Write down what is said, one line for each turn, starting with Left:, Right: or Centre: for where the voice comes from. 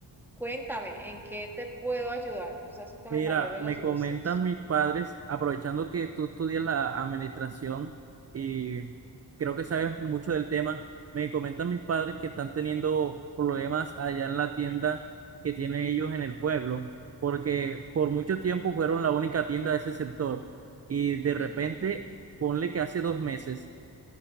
Centre: Cuéntame, ¿en qué te puedo ayudar? Tú sabes que con
Right: Mira,
Centre: el mayor de
Right: me
Centre: los
Right: comentan
Centre: gustos.
Right: mis padres, aprovechando que tú estudias la administración y creo que sabes mucho del tema, me comentan mis padres que están teniendo problemas allá en la tienda que tienen ellos en el pueblo, porque por mucho tiempo fueron la única tienda de ese sector y de repente,
Centre: Ujú.
Right: ponle que hace dos meses.